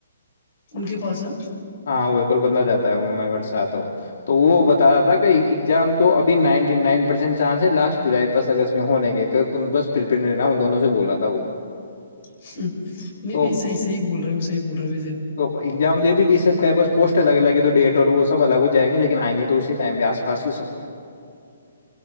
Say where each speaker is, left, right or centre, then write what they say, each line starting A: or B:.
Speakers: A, on the left (about 40°); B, on the left (about 70°).
A: ان کے پاس ہے
B: ہاں وہ بندا جاتا ہے ساتھ ہو تو وہ بتا رہا تھا کہ ایگزام تو ابھی ninety nine percent chance last فس اگ میں ہونے کے ت بس پپئر رہ ن دونوں سے بول رہا تھا وہ
A: سچ نہیں
B: تو
A: نہیں صحیح صحی بول رہے صحی بول رہے ہو و
B: تو ایگزام تو یہ بھی بیس ایپ بس پوسٹ الگ الگ ہے تو ڈیٹ اور وہ سب الگ ہو جائیں گے لیکن آئیں گے تو اسی ٹائم پ آس پاس ہی سب